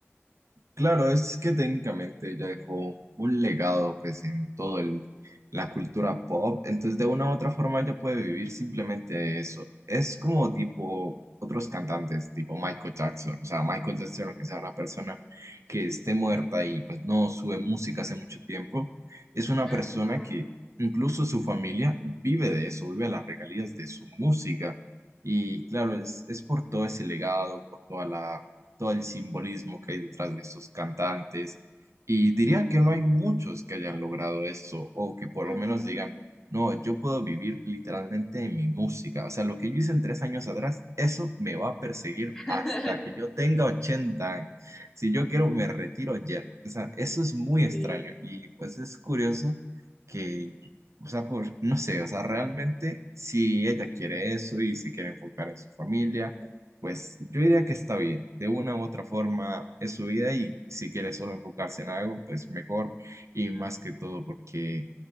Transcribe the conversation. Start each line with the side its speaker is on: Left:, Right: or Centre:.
Right: Claro, es que técnicamente ella dejó un legado pues en todo el, la cultura pop, entonces de una u otra forma ella puede vivir simplemente de eso. Es como tipo otros cantantes, tipo Michael Jackson, o sea, Michael Jackson, aunque sea una persona que esté muerta y pues no sube música hace mucho tiempo, es una
Centre: Ujú,
Right: persona que incluso su familia vive de eso, vive las regalías de su música. Y claro, es, es por todo ese legado, por toda la todo el simbolismo que hay detrás de esos cantantes. Y diría que no hay muchos que hayan logrado eso o que por
Centre: ujú.
Right: lo menos digan, no, yo puedo vivir literalmente en mi música. O sea, lo que yo hice en tres años atrás, eso me va a perseguir
Centre: <laughs>
Right: hasta que yo tenga 80 años. Si yo quiero, me retiro ya. O sea, eso es muy extraño
Centre: Sí,
Right: y pues es curioso que... O sea, por, no sé, o sea, realmente si ella quiere eso y se quiere enfocar en su familia, pues yo diría que está bien. De una u otra forma es su vida y si quiere solo enfocarse en algo, pues mejor. Y más que todo porque